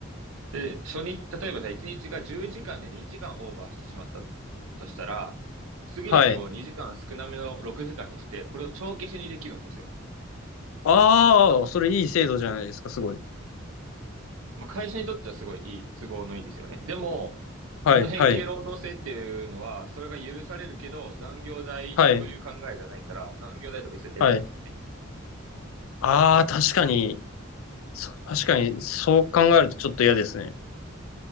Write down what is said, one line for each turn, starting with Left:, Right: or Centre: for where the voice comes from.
Right: で、初日、例えばじゃあ1日が10時間で2時間オーバーしてしまったとしたら、次の日を2時間少なめの6時間にして、
Left: はい。
Right: これを帳消しにできるんですよ。
Left: ああ、それいい制度じゃないですか、すごい。
Right: まあ、会社にとってはすごいいい、都合のいいですよね。でも、
Left: はい、
Right: その変形労働制っていうのは、
Left: はい、
Right: それが許されるけど、残業代という考えじゃないから、
Left: はい、
Right: 残業代とか一切出ないんですよね。
Left: はい。ああ、確かに、そ確かに、そう考えるとちょっと嫌ですね。